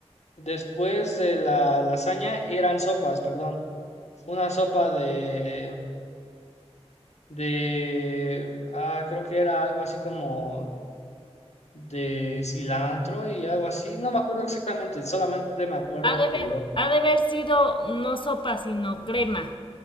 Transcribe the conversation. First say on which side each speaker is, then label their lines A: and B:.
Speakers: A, on the left; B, on the left.
A: después de la lasaña eran sopas, perdón, una sopa de, de, ah, creo que era algo así como de cilantro y algo así, no me acuerdo exactamente, solamente me acuerdo
B: Ha de, haber,
A: que yo
B: ha de haber sido no sopa, sino crema.